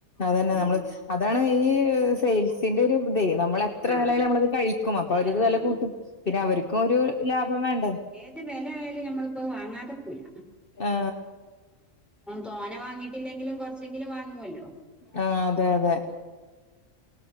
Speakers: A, on the left; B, in the centre.
A: അതന്നെ
B: ഉം
A: നമ്മള് അതാണ് ഈ സെയിൽസിന്റെ ഒരു ഇത നമ്മളെ ത്ര
B: ആഹ്
A: വിലലും നമ്മളത് കഴിക്കും
B: എത്ര
A: അപ്പൊ അവര്ത്
B: ആഹ്
A: വില കൂട്ടും പിന്നെ അവർക്കും ഒരു ലാഭം വേണ്ടേ.
B: ത് വില ആയാലും നമ്മളിപ്പോ വാങ്ങാതെക്കുല.
A: ആ
B: തോന വാങ്ങിട്ടില്ലെങ്കിലും കൊറച്ചെങ്കിലും വാ ങ്ങോല്ലോ
A: ആ അതെ അതെ